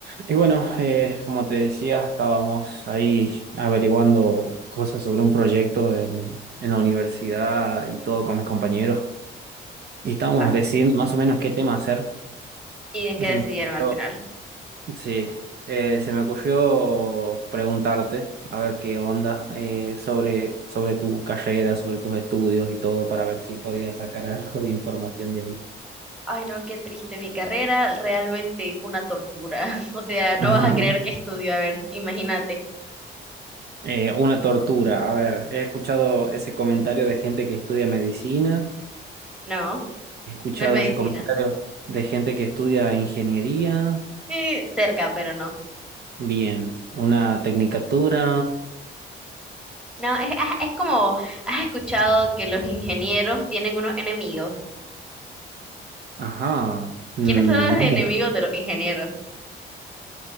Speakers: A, on the right; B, in the centre.
A: Y bueno, eh, como te decía, estábamos ahí averiguando cosas sobre un proyecto de- en la universidad y todo con mis compañeros. Y estábamos
B: Ay,
A: decidiendo más o menos qué tema hacer.
B: ¿y en
A: Y
B: qué
A: se
B: decidieron
A: me ocurrió,
B: al final?
A: sí, eh, se me ocurrió preguntarte, a ver qué onda, eh, sobre, sobre tu carrera, sobre tus estudios y todo, para ver si podías sacar algo de información de ahí.
B: Ay, no, qué triste. Mi carrera realmente es una tortura. <laughs> O sea, no
A: Ajá.
B: vas a creer que estudio. A ver, imagínate.
A: Eh, una tortura. A ver, he escuchado ese comentario de gente que estudia medicina.
B: No,
A: He escuchado
B: no es medicina.
A: ese comentario de gente que estudia ingeniería.
B: Eh, cerca, pero no.
A: Bien. Una tecnicatura.
B: No, es, ah, es como, ¿has escuchado que los ingenieros tienen unos enemigos?
A: Ajá. Mm,
B: ¿Quiénes son los
A: no
B: enemigos
A: mucho.
B: de los ingenieros?